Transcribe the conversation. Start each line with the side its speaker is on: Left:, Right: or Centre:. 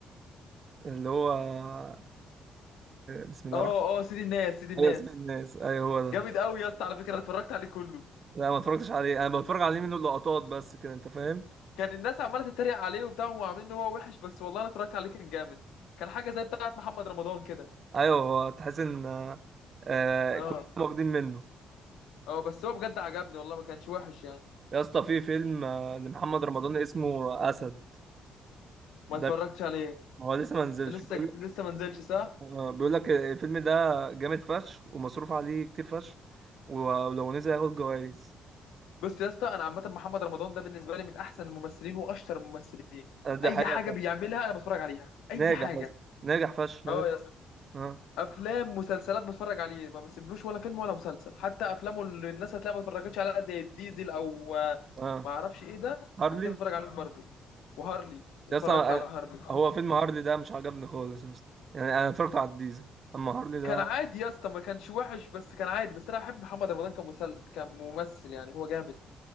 Right: اللي هو آه، بسم الله
Left: اه
Right: الرحمن الرحيم.
Left: اه سيدي الناس سيدي الناس
Right: ايوه اسم الناس ايوه هو
Left: جامد
Right: ده
Left: قوي يا اسطى على فكره أنا اتفرجت عليه كله
Right: لا ما اتفرجتش عليه انا بتفرج عليه منه لقطات بس كده انت فاهم
Left: كان الناس عماله تتريق عليه وبتاع وعاملين ان هو وحش بس والله انا اتفرجت عليه كان جامد كان حاجه زي بتاعه محمد رمضان كده
Right: ايوه هو تحس ان آه، آه،
Left: اه
Right: كلهم واخدين منه
Left: اه بس هو بجد عجبني والله ما كانش وحش يعني
Right: يا اسطى في فيلم آه، لمحمد رمضان اسمه اسد
Left: ما اتفرجتش
Right: ده
Left: عليه
Right: هو لسه ما نزلش
Left: لسه
Right: بيقول لك
Left: لسه ما نزلش صح
Right: آه، بيقول لك الفيلم ده جامد فشخ ومصروف عليه كتير فشخ ولو نزل هياخد جوائز
Left: بص يا اسطى انا عامه محمد رمضان ده بالنسبه لي من احسن الممثلين واشطر الممثلين
Right: آه، ده
Left: اي
Right: حقيقة
Left: حاجه
Right: فعلا
Left: بيعملها انا بتفرج عليها اي
Right: ناجح
Left: حاجه
Right: يا اسطى ناجح فشخ نا-
Left: اه يا اسطى
Right: اه
Left: افلام مسلسلات بتفرج عليه ما بسيبلوش ولا فيلم ولا مسلسل حتى افلامه اللي الناس هتلاقيها ما اتفرجتش عليها زي الديزل او آه،
Right: اه
Left: ما اعرفش ايه ده
Right: هارلي
Left: هتلاقيه بتفرج عليهم برضو وهارلي اتفرجت
Right: يا اسطى
Left: على
Right: أنا-
Left: هارلي
Right: هو فيلم هارلي ده مش عجبني خالص يا اسطى يعني انا اتفرجت على الديزل اما هارلي ده
Left: كان عادي يا اسطى ما كانش وحش بس كان عادي بس انا بحب محمد رمضان كمسل كممثل يعني هو جامد